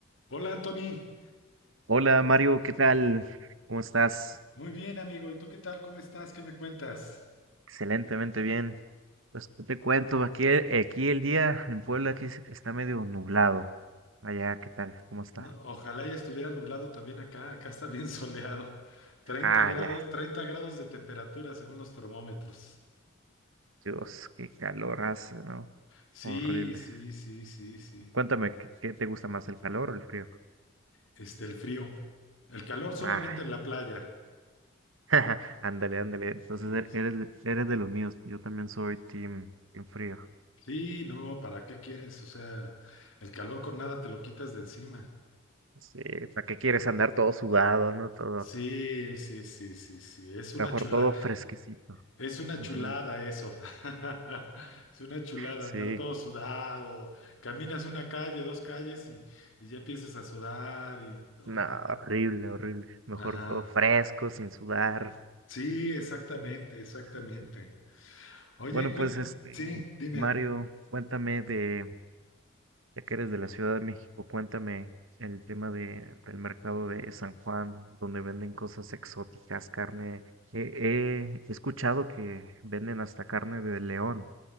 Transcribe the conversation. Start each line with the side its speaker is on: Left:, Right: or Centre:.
Left: Hola Anthony,
Right: Hola Mario, ¿qué tal? ¿Cómo estás?
Left: muy bien amigo, ¿y tú qué tal? ¿Cómo estás? ¿Qué me cuentas?
Right: Excelentemente bien. Pues ¿qué te cuento? Aquí, e- aquí el día en Puebla aquí se- está medio nublado. Allá, ¿qué tal? ¿Cómo está?
Left: No, ojalá ya estuviera nublado también acá, acá está bien <laughs> soleado, treinta
Right: Ah,
Left: grados,
Right: ya.
Left: 30 grados de temperatura según los termómetros.
Right: Dios, qué calor hace, ¿no?
Left: Sí,
Right: Horrible.
Left: sí, sí, sí, sí.
Right: Cuéntame, ¿qué, qué te gusta más, el calor o el frío?
Left: Este, el frío, el calor solamente
Right: Ah,
Left: en la playa.
Right: <laughs> ándale, ándale. Entonces
Left: digo,
Right: er- eres, de- eres de los míos. Yo también soy team, team frío.
Left: sí, no, ¿para qué quieres? O sea, el calor con nada te lo quitas de encima.
Right: Sí, ¿para qué quieres andar todo sudado, no? Todo,
Left: Sí, sí, sí, sí, sí, es una
Right: mejor
Left: chulada.
Right: todo fresquecito.
Left: Es una
Right: Ujú.
Left: chulada eso. <laughs> Es una chulada
Right: Sí.
Left: andar todo sudado. Caminas una calle, dos calles y, y ya empiezas a sudar y no,
Right: No,
Left: hombre.
Right: horrible, horrible. Mejor
Left: Ajá.
Right: todo fresco, sin sudar.
Left: Sí, exactamente,
Right: Ay,
Left: exactamente.
Right: sí, sí.
Left: Oye,
Right: Bueno,
Left: cuen-
Right: pues este,
Left: sí, dime.
Right: Mario, cuéntame de, ya que eres de la Ciudad de México, cuéntame el tema de, del mercado de San Juan, donde venden cosas exóticas, carne. He, he escuchado que venden hasta carne de león.